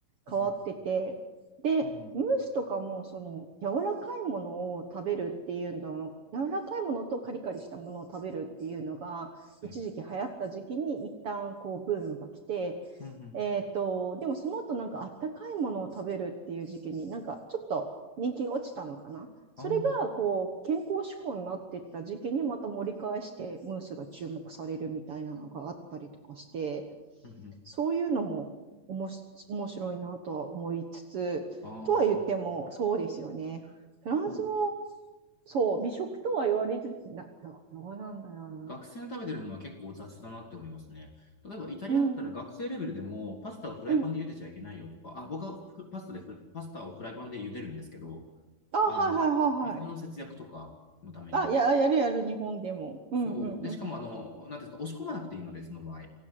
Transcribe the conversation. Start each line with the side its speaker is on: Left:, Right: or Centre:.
Right: 変わってて。
Left: うん、
Right: で、
Left: うん、うん、
Right: ムースとかもその柔らかいものを食べるっていうの柔らかいものとカリカリしたものを食べるっていうのが一時期流行った時期に一旦こうブームが来て、
Left: はい。うん、うん。
Right: えーと、でもその後なんかあったかいものを食べるっていう時期になんかちょっと人気が落ちたのかな。それがこう健康志向になっていった時期にまた盛り返してムースが注目されるみたいなのがあったりとかして
Left: ああ、うん、うん。
Right: そういうのもおもし面白いなとは思いつつとは言っても、
Left: ああ、
Right: そうですよね。フランスも、
Left: そう。
Right: そう、美食とは言われつつ、な、どどうなんだろうな。
Left: 学生の食べてるものは結構雑だなって思いますね。例えば、イタリアだったら学生レベルでも、
Right: うん、
Left: パスタをフライパンで茹でちゃいけないよとか、
Right: うん。
Left: あ、僕はフパスタでフ、パスタをフライパンで茹でるんですけど、
Right: あ、
Left: あの、
Right: はいはいはいはい。
Left: 水の節約とかのために。
Right: あ、や、やるやる、日本でも。うんうんうん。
Left: そう。で、しかも、あの、なんていうんですか、押し込まなくていいので、その場合。